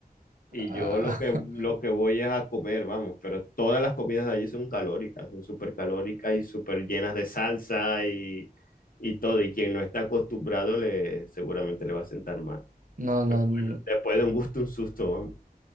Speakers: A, on the left; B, on the right.
A: Y
B: Ah,
A: yo lo que,
B: <laughs>
A: lo que voy es a comer, vamos, pero todas las comidas de allí son calóricas, son súper calóricas y súper llenas de salsa y, y todo. Y quien no está acostumbrado le, seguramente le va a sentar mal.
B: no, no,
A: Pero
B: no.
A: bueno, después de un gusto, un susto, vamos.